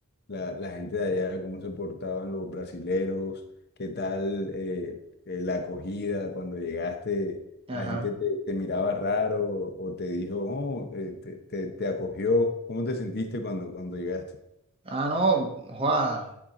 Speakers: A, on the left; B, on the right.
A: la, la gente de allá, cómo se portaban los brasileros, qué tal eh, eh, la acogida cuando llegaste,
B: ajá.
A: la gente te, te miraba raro o te dijo, oh, eh, te, te- te acogió, ¿cómo te sentiste cuando, cuando llegaste?
B: Ah, no, Juan,